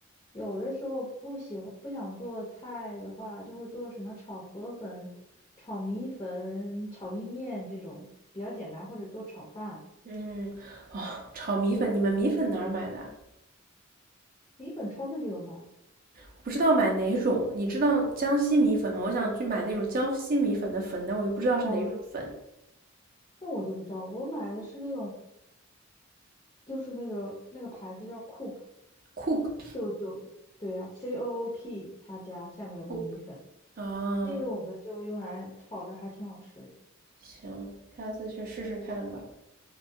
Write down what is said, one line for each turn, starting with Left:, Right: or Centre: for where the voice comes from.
Left: 有的时候不喜欢不想做菜的话，就会做什么炒河粉、炒米粉、炒意面这种比较简单，或者做炒饭。
Right: 嗯，哦，炒米粉，你们米粉哪儿买的啊？
Left: 米粉超市就有卖。
Right: 我不知道买哪种。你知道江西米粉吗？我想去买那种江西米粉的粉，但我又不知道是哪种粉。
Left: 哦，那我就不知道，我买的是那种就是那个那个牌子叫 Coop，
Right: Cook
Left: 就就对呀、c O O P 他家下面有个米粉，
Right: Cook 啊，
Left: 那个我们就用来炒着，还挺好吃的。
Right: 行，下次去试试看吧。